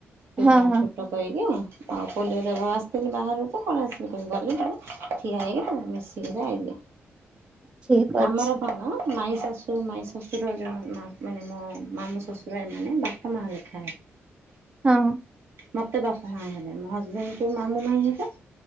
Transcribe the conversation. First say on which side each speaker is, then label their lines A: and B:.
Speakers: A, on the right; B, on the right.
A: ପିଲା
B: ହଁ ହଁ
A: ଛୋଟ କହିକି ଆଉ ପୋଲିଓ ଦବାକୁ ଆସିଥିଲି ବାହାରୁ ତ କଣ ଆସିଲି କହିକି ଗଲି ଠିଆ ହେଇକି ତାକୁ ମିଶିକିରି ଆଇଲେ
B: ଠିକ ଅଛି
A: ଆମର କଣ ମାଇଁ ଶାଶୁ ସ ମାଇଁ ଶ୍ୱଶୁର ଯୋଉ ମାନେ ମୋ ମାମୁଁ ଶ୍ୱଶୁର ଏମାନେ ବାପା ମାଆ ଲେଖାଏ।
B: ହଁ।
A: ମତେ ବାପ ମା ହେବେ ମୋ ହଜବେଣ୍ଡ କୁ ମାମୁଁ ମାଇ ହେବେ